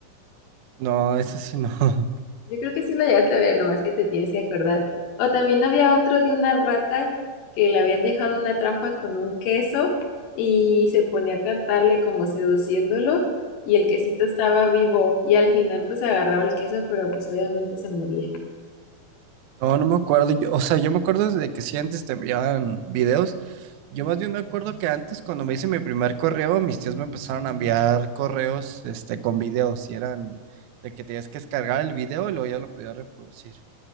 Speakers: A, on the right; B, on the left.
A: No, ese sí no. <laughs>
B: Yo creo que sí lo llegaste a ver, nomás que te tienes que acordar. O también había otro de una rata que le habían dejado una trampa con un queso y se ponía a cantarle como seduciéndolo y el quesito estaba vivo y al final pues agarraba el queso, pero pues obviamente se moría.
A: No, no me acuerdo. Yo- o sea, yo me acuerdo de que sí antes te enviaban videos. Yo más bien me acuerdo que antes, cuando me hice mi primer correo, mis tíos me empezaron a enviar correos, este, con videos y eran de que tenías que descargar el video y luego ya lo podías reproducir.